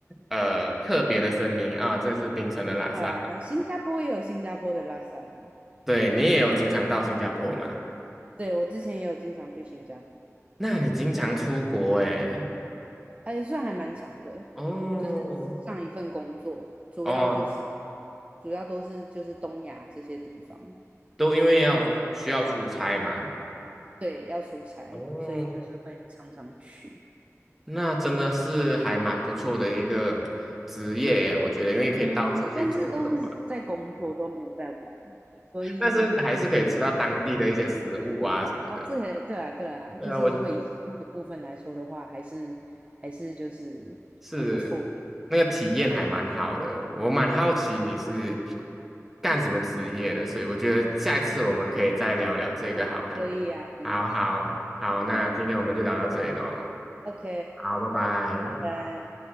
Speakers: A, in the centre; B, on the right (about 25°).
A: 呃特别的声明啊，这是槟城的拉沙。
B: 对啊，新加坡也有新加坡的拉萨嘛。
A: 对，你也有经常到新加坡嘛？
B: 对，我之前也有经常去新加坡，
A: 那你经常出国诶？
B: 而且算还蛮长的。
A: 哦
B: 就是上一份工作，主要就是
A: 哦，
B: 主要都是就是东亚这些地方，
A: 都因为要需要出差嘛。
B: 对，要出差，
A: 哦，
B: 所以就是会常常去。
A: 那真的是还蛮不错的一个职业诶我觉得，因为可以到处去走走啊，
B: 嗯，但是都是在工作，都没有在玩，所以
A: 但是还是可以吃到当地的一些食物啊什么的。
B: 哦，这也对啊，对啊，
A: 对啊，
B: 就是如果以收入的部分来说的话，
A: 我
B: 还是还是就是很不错的，
A: 是那个体验还蛮好的，我蛮好奇你是
B: 对，
A: 干什么职业的，所以我觉得下一次我们可以再聊聊这个好了。
B: 可以啊，没问题，
A: 好好好，那今天我们就聊到这里喽。
B: 好。OK，
A: 好，拜拜。
B: 拜拜。